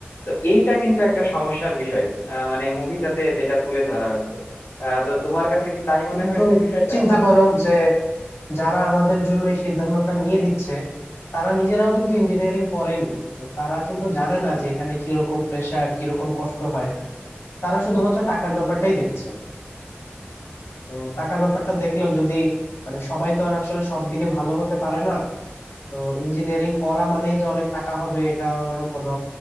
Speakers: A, on the left (about 60°); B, on the left (about 80°).
A: তো এইটা কিন্তু একটা সমস্যার বিষয় আহ, মানে মুভিটাতে যেটা তুলে ধরা হয়েছে আহ, তো তোমার কাছে কি তাই
B: কিন্তু
A: মনে হয়েছে বিষয়টা
B: চিন্তা করো যে যারা আমাদের জন্য এই সিদ্ধান্তটা নিয়ে দিচ্ছে তারা নিজেরাও কিন্তু ইঞ্জিনিয়ারিং পড়েনি তো তারা কিন্তু জানে না যে এখানে কিরকম প্রেশার কিরকম কষ্ট হয় তারা শুধুমাত্র টাকার ব্যাপারটাই দেখছে তো টাকার ব্যাপারটা দেখলেও যদি মানে সবাই তো আর আসলে সব দিকে ভালো হতে পারে না তো ইঞ্জিনিয়ারিং পড়া মানেই যে অনেক টাকা হবে এটার কোনো